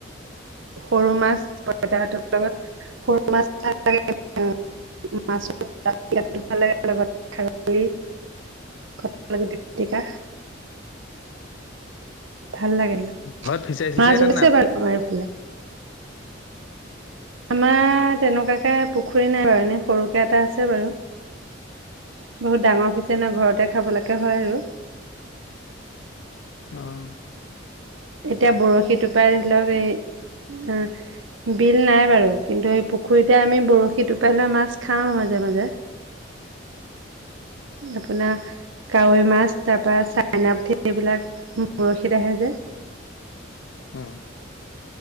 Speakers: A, on the right; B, on the left.
A: সৰু মাছ পইতা ভাতৰ লগত সৰু মাছ মাছ ভাল লাগে লগত খাৰলি কঠাল গুটি পিটিকা ভাল লাগিল
B: ঘৰত ফিচাৰি চিচাৰি
A: মাছ
B: আছে
A: ওলাইছে
B: নাই
A: বাৰু আমাৰ এই ফালে আমাৰ তেনেকুৱাকে পু পুখুৰী নাই বাৰু এনেই সৰুকৈ এটা আছে বাৰু বহুত ডাঙৰ ফিছাৰি নাই ঘৰতে খাবলৈকে হয় আৰু।
B: অ'।
A: এতিয়া বৰশীটোপাই ধৰি লওক এ অ' বিল নাই বাৰু কিন্তু এই পুখুৰীতে আমি বৰশী টোপাই লৈ মাছ খাওঁ মাজে মাজে আপোনাৰ কাৱৈ মাছ তাৰ পা চাইনা পুঠি এইবিলাক বৰশীত আহে যে
B: উম।